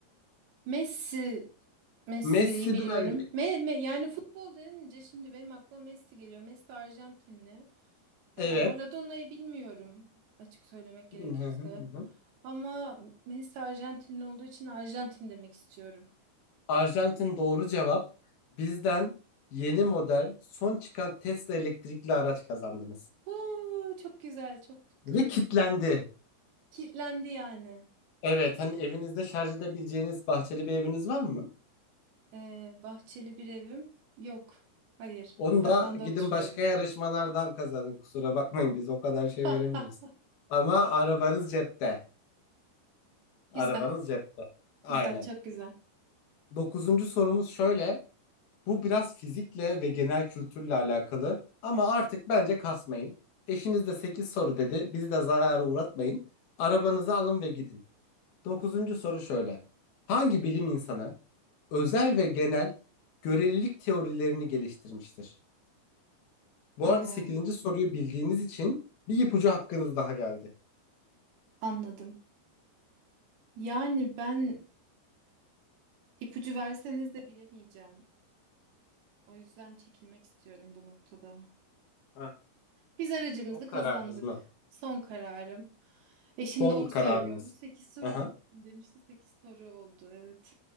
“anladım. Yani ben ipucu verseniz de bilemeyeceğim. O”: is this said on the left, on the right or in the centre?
Right